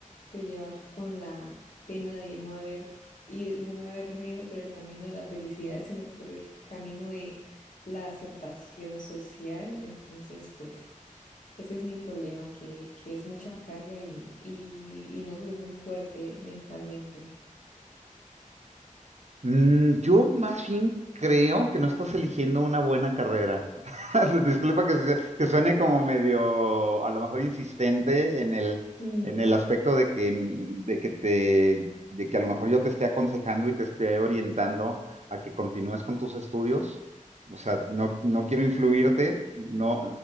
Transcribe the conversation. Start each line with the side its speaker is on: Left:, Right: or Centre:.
Left: de llevar con la pena de no haber y no me haberme ido por el camino de la felicidad, sino por el camino de la aceptación social. Entonces, pues. Ese es mi problema, que, que es mucha carga y, y, y no soy muy fuerte mentalmente.
Right: Mm, yo más bien creo que no estás eligiendo una buena carrera. <laughs> Disculpa que, se- que suene como medio, a lo mejor insistente en el,
Left: Mm,
Right: en el aspecto de que, mm, de que te, de que a lo mejor yo te esté aconsejando y te esté orientando a que continúes con tus estudios. O sea, no, no quiero influirte, no.